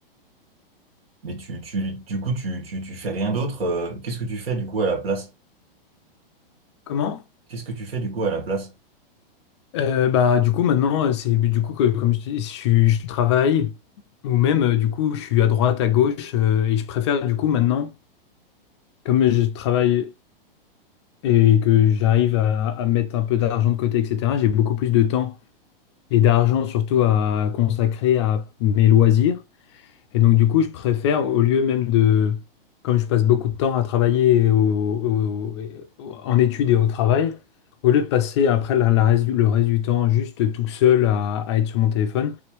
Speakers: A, on the right; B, on the left.
A: Mais tu, tu, du coup, tu, tu, tu fais rien d'autre. euh, qu'est-ce que tu fais du coup à la place?
B: Comment?
A: Qu'est-ce que tu fais du coup à la place?
B: Euh, bah, du coup, maintenant, euh, c'est du coup que, comme je te dis, je, suis- je travaille, ou même, euh, du coup, je suis à droite, à gauche, euh, et je préfère, du coup, maintenant, comme je travaille et que j'arrive à, à mettre un peu d'argent de côté, etc., j'ai beaucoup plus de temps et d'argent, surtout, à consacrer à mes loisirs. Et donc, du coup, je préfère, au lieu même de, comme je passe beaucoup de temps à travailler et au- au- et au- en études et au travail, au lieu de passer après la- la reste du- le reste du temps juste tout seul à, à être sur mon téléphone,